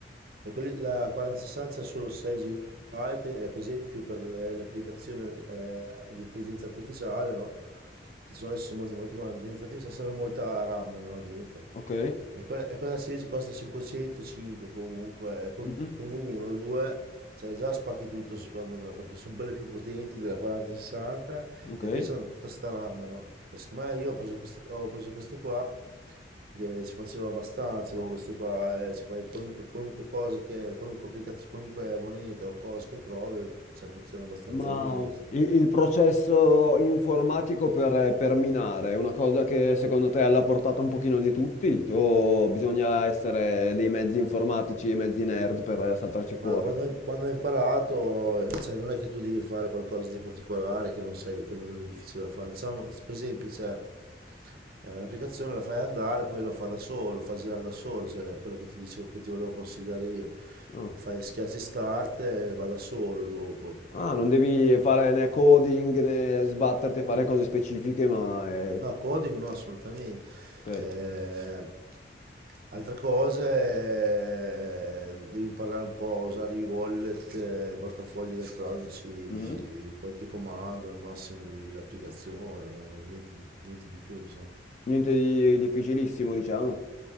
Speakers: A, on the right; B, on the left.
A: e quelli- La 4060 ha solo 6 GB, e per esempio per le, le applicazioni eh, di intelligenza artificiale, no? Che sono adesso sono molto molto chiamate, intelligenza artificiale serve molta RAM, no? Dentro.
B: ok,
A: E, que- e quella 16 costa 505 comunque, e con,
B: Mhm.
A: con uno o due, cioè già spacchi tutto secondo me, perché sono belle più potenti della 4060
B: ok.
A: e in più c'hanno tutta sta RAM, no? E secondo me io ho preso queste, ho preso queste qua perché si faceva abbastanza con questi qua, eh, ci fai qualunque, qualunque cosa che, qualunque applicazione, qualunque moneta o cosa che trovi, cioè, funziona abbastanza
B: Ma
A: bene questa.
B: i- il, processo informatico per, per minare è una cosa che secondo te è alla portata un pochino di tutti? O bisogna essere dei mezzi informatici e mezzi nerd per saltarci
A: Ma
B: fuori?
A: quando, hai- quando hai imparato, eh, cioè, non è che tu devi fare qualcosa di particolare che non sai, che non è difficile da fare. Diciamo, per esempio, cioè, è un'applicazione la fai andare, poi lo fa da solo, lo fa girare da solo, cioè, è quello che ti dicevo, che ti volevo consigliare io.
B: No.
A: Fai, schiacci start e va da solo dopo.
B: Ah, non devi fare né coding né sbatterti a fare cose specifiche, ma è...
A: No, coding no, assolutamente.
B: ok.
A: Eh, altre cose, eh, devi imparare un po' a usare i wallet, eh, i portafogli elettronici,
B: Mhm.
A: qualche comando al massimo delle- dell'applicazione, eh, niente di, niente di più, insomma.
B: Niente di difficilissimo, diciamo.